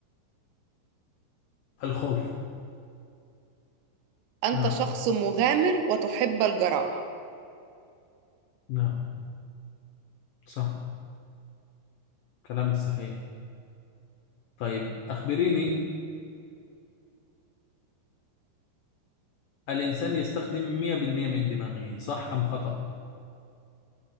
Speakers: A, on the left; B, on the right.
A: الخوف
B: أنت
A: نعم
B: شخص مغامر وتحب الجراءة
A: نعم صح كلامك صحيح طيب أخبريني الإنسان يستخدم 100% من دماغه صح أم خطأ؟